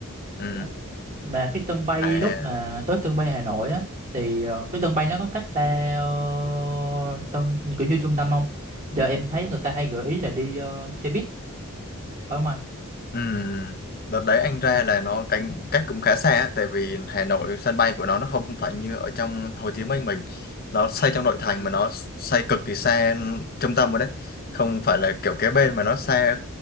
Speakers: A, on the left; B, on the right.
A: ừ
B: Ủa, Mà cái sân bay
A: à
B: lúc mà tới sân bay Hà Nội á thì ờ, cái sân bay nó có cách xa ờ, sân kiểu như trung tâm không? Giờ em thấy người ta hay gợi ý là đi ờ, xe buýt phải không anh?
A: Ừ, đợt đấy anh ra là nó cánh cách cũng khá xa á, tại vì Hà Nội sân bay của nó nó không phải như ở trong Hồ Chí Minh mình nó xây trong nội thành mà nó xây cực kỳ xa trung tâm rồi đấy không phải là kiểu kế bên mà nó xa